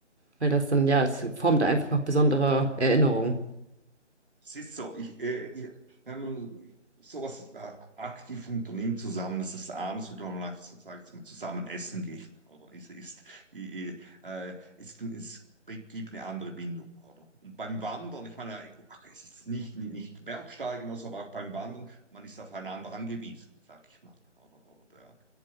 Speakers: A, on the right; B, on the right.
A: weil das dann, ja, es formt einfach besondere Erinnerungen.
B: Es ist so, ich, äh, ich, wenn man sowas äh, aktiv unternimmt zusammen, das ist anders, wie man sagt, sagt man zusammen essen geht, oder? Es ist, ich, äh, es, es gibt eine andere Bindung, oder? Und beim Wandern, ich meine, äh, ach, es ist nicht, nicht Bergsteigen, also, aber auch beim Wandern, man ist aufeinander angewiesen, sag ich mal, oder? oder ja.